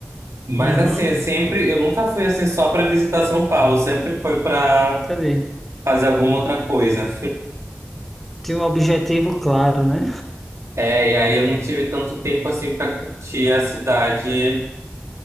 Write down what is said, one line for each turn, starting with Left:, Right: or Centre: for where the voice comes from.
Right: Mas
Centre: uhum,
Right: assim, eu sempre, eu nunca fui assim só para visitar São Paulo, eu sempre foi para
Centre: entendi.
Right: fazer alguma outra coisa.
Centre: Tinha um objetivo claro, né?
Right: É, e aí eu não tive tanto tempo assim para curtir a cidade,